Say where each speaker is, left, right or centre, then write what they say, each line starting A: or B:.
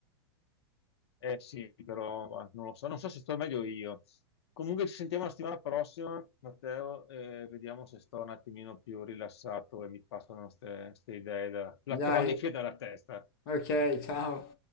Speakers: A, on the left; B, on the left.
A: Eh sì, però ah, non lo so, non so se sto meglio io. Comunque ci sentiamo la settimana prossima, Matteo, e vediamo se sto un attimino più rilassato e mi passano queste idee da- platoniche
B: dai,
A: dalla testa.
B: ok, ciao.